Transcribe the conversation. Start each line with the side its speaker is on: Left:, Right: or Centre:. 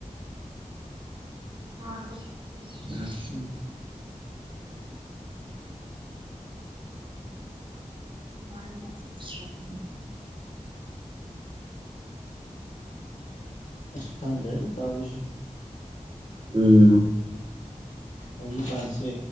Right: ꯃꯥꯅꯤ꯫ ꯎꯝ꯫
Left: ꯎꯝ꯫
Right: <inaudible>
Left: ꯑꯁ ꯈꯪꯗ꯭ꯔꯦꯗ ꯇꯧꯔꯤꯁꯦ꯫
Right: ꯎꯝ꯫
Left: ꯍꯧꯖꯤꯛꯀꯥꯟꯁꯦ